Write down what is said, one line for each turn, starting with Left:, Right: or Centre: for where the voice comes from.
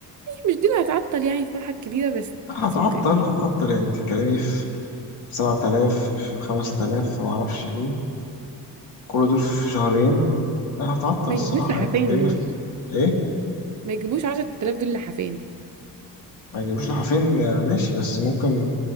Right: مش دي اللي هتعطل يعني الفرحه الكبيره بس
Left: هتعطل
Right: اتس اوكي
Left: هتعطل يعني بتتكلمي في سبعة آلاف في خمس آلاف في معرفش إيه كل دول في شهرين لا هتعطل
Right: ما
Left: الصراحة
Right: يجيبوش لحافين
Left: يعني بتتكلمي
Right: دول
Left: في إيه
Right: ما يجيبوش 10000 دول لحافين
Left: ما يجيبوش لحافين آه، ماشي بس ممكن